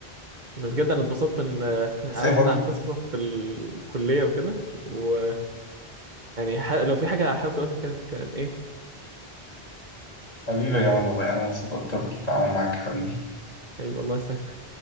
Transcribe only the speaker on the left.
بس هي برضه
حبيبي يا جمال والله انا مبسوط اكتر بالتعامل معاك حبيبي